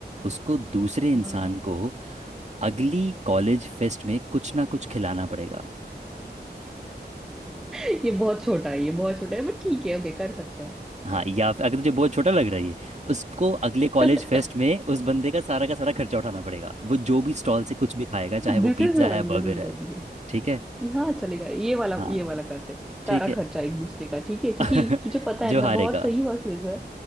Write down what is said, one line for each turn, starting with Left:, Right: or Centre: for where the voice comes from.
Right: उसको दूसरे इंसान
Centre: हाँ
Right: को अगली कॉलेज फेस्ट में कुछ ना कुछ खिलाना पड़ेगा
Centre: <laughs> ये बहुत छोटा है ये बहुत छोटा है बट ठीक है ओके कर सकते हैं
Right: हाँ या फिर अगर तुझे बहुत छोटा लग रहा है ये उसको अगले कॉलेज
Centre: <laughs>
Right: फेस्ट में उस बंदे का सारा का सारा खर्चा उठाना पड़ेगा वो जो भी स्टॉल से कुछ भी खाएगा चाहे वो
Centre: This
Right: पिज्ज़ा
Centre: is
Right: है
Centre: fine this
Right: बर्गर
Centre: is
Right: है
Centre: ready
Right: ठीक है
Centre: हाँ चलेगा ये वाला
Right: हाँ
Centre: ये वाला करते हैं
Right: ठीक
Centre: सारा
Right: है
Centre: खर्चा एक दूसरे का ठीक है क्योंकि
Right: <laughs>
Centre: तुझे पता है
Right: जो हारेगा
Centre: मैं बहुत सही हुआ क्विज है